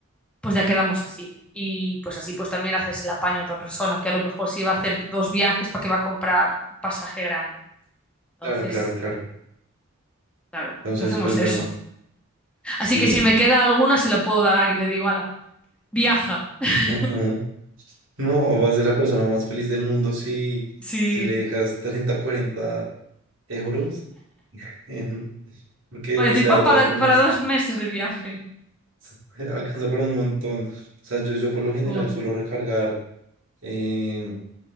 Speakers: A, in the centre; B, on the right.
A: pues ya quedamos así. Y pues así pues también haces el apaño a otra persona, que a lo mejor sí va a hacer dos viajes para que va a comprar un pasaje grande. Entonces,
B: Claro, claro, claro.
A: claro,
B: Entonces,
A: pues hacemos
B: pues bueno,
A: eso.
B: sí.
A: Así que si me queda alguna, se la puedo dar a alguien. Le digo, ala, viaja. <laughs>
B: <laughs> No, vas a ser la persona más feliz del mundo si,
A: Sí.
B: si le dejas 30 40 euros. en- porque,
A: Va
B: o
A: a decir,
B: sea,
A: pa,
B: de todas
A: para,
B: formas,
A: para dos meses de viaje.
B: se- <laughs> alcanza para un montón. O sea, yo, yo por lo general
A: Oh,
B: suelo recargar eh,